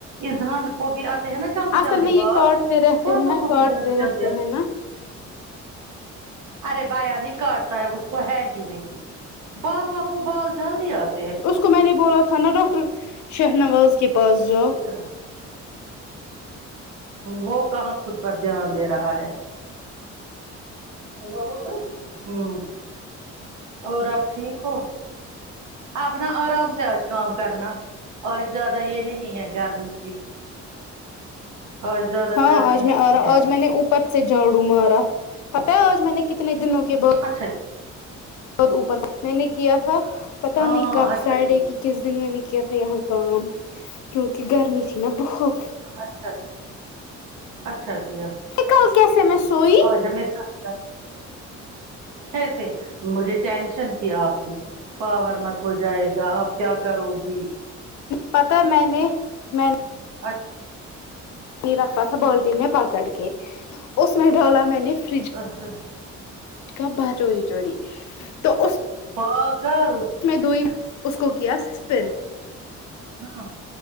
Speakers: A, on the right; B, on the left.
A: از ہان کوبھی آتے ہے نا جلدی
B: اصل
A: جلدی
B: میں یہ
A: بال
B: کاٹتے رہتے
A: پا
B: ہیں
A: پا
B: نا
A: کوبھی
B: کاٹتے
A: جلدی
B: رہتے
A: جلدی آتے
B: ہیں نا
A: ارے بایا نہیں کاٹتا ہے اس کو ہے ہی نہیں پا پا کو بال جلدی آت
B: اس کو میں نے بولا تھا نا ڈاکٹر شہنواز کے پاس جاو
A: <unintelligible> وہ کہاں خود پر دھیان دے رہا ہے ہمم اور آپ ٹھیک ہو آپ نا آرام سے آج کام کرنا آج زیادہ یہ نہیں ہے گرمی بھی اور زیادہ
B: ہاں
A: گرمی
B: آج
A: نہیں
B: میں آ رہا
A: ہے
B: آج میں نے اوپر سے جاڑوں مارا پتہ ہے آج میں نے کتنے دنوں کے ب
A: اچھا
B: عد اوپر میں نے کیا تھا پتہ
A: ہاں
B: نہیں کب
A: اچھا
B: فرائیڈے
A: کیا
B: کی کس دن میں نے کیا تھا یہاں کام کیونکہ گرمی تھی نا بہت
A: اچھ اچ اچھا کیا
B: کل کیسے میں سوئی
A: آج ہمیں <unintelligible> کیسے مجھے ٹینشن تھی آپ کی پاور مت ہو جائے گا آپ کیا کرو گی
B: پتہ میں نے میں
A: اچھ
B: رکھا تھا بالٹین میں پکڑ کے اس میں ڈالا میں نے فریج
A: اچھا
B: کا با چوری چوری تو اس
A: پاگل
B: اس میں دو ہی اس کو کیا سپین
A: ہاں